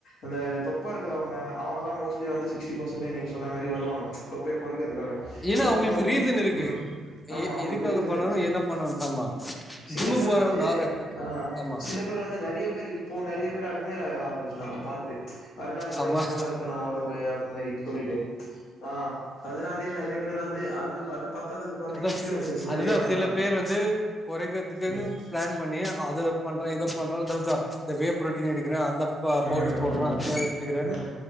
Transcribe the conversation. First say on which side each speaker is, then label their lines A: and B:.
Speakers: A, on the left; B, on the left.
A: அந்த தொப்பை இருக்கிறவங்க அவங்கல்லா மோஸ்ட்லி வந்து சிக்ஸ்டி பர்சென்டேஜ் நீங்க சொன்ன மேரி வருவாங்க ம்ச் தொப்பைய கொறைக்கிறதுக்காக
B: ஏன்னா
A: கொஞ்சு
B: அவங்களுக்கு
A: நம்ம
B: ரீசன் இருக்கு
A: ஆமா
B: எ
A: அவங்களுக்கு
B: எதுக்காக
A: ரீஸன்
B: பண்ணணு
A: இருக்கு
B: என்ன பண்ணணு ஆமா
A: சில
B: ஜிம்முக்கு
A: பேர்
B: போறவங்க
A: வந்து
B: நாரு
A: ஆ
B: ஆமா
A: சில பேர் வந்து நெறைய பேர் இப்போ நெறைய பேர் அட்மயர் ஆக ஆரம்பிச்சிட்டாங்க பாத்து மச் அர்னால்டு மாரி
B: ஆமா
A: நம்மளு இருக்கணு ஒடம்பு அந்த மாரி சொல்லிட்டு ம்ச் ஆ அதனாலேயே சில பேர் வந்து அது அது வந்து
B: அதா
A: இன்ஃப்ளூயன்சஸ்
B: அதுதா
A: நெறைய வந்ட்டாங்க
B: சில பேர் வந்து கொறைக்கிறத்துக்குன்னு
A: ம்
B: பிளான் பண்ணி அத பண்றே இத பண்றாங்கன்னு தெரிஞ்சா இந்த வே புரோட்டின் எடுக்கிறே அந்த பா பவுடர்
A: ம் ம்
B: போடுறே அத
A: ம்
B: எடுத்துக்கிறனு
A: ம்